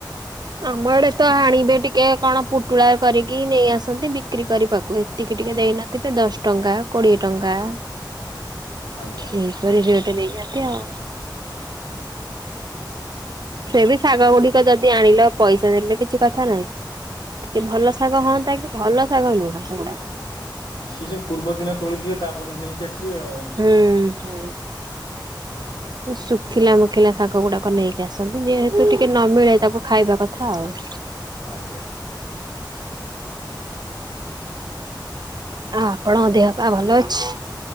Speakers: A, on the right; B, on the left.
A: ଆମ ଆଡେ ତ ଆଣିବେ ଟିକେ କଣ ପୁଟୁଳା କରିକି ନେଇ ଆସନ୍ତି ବିକ୍ରି କରିବାକୁ ଏତିକି ଟିକେ ଦେଇନଥିବେ ଦଶ ଟଙ୍କା କୋଡିଏ ଟଙ୍କା।
B: ଆଜ୍ଞା
A: ସେହିପରି ରେଟ୍। ନେଇଆନ୍ତି ଆଉ। ସେ ବି ଶାଗ ଗୁଡିକ ଯଦି ଆଣିଲ ପଇସା ଦେଲେ କିଛି କଥା ନାହିଁ। ଟିକେ ଭଲ ଶାଗ ହଅନ୍ତା କି ଭଲ ଶାଗ ନୁହଁ ସେଗୁଡା।
B: ସେ ସବୁ ପୂର୍ବ ଦିନ ତୋଳିଥିବେ ତାପରନ ନେଇକି ଆସିବେ ଆଉ।
A: ହୁଁ ହୁଁ। ଶୁଖିଲା ମୁଖିଲା ଶାଗ ଗୁଡାକ ନେଇକି ଆସନ୍ତି। ଯେହେତୁ ଟିକେ ନ ମିିଳେ ତାକୁ ଖାଇବା କଥା ଆଉ।
B: ଆଜ୍ଞା
A: ଆ ଆପଣଙ୍କ ଦେହ ପା ଭଲ ଅଛି?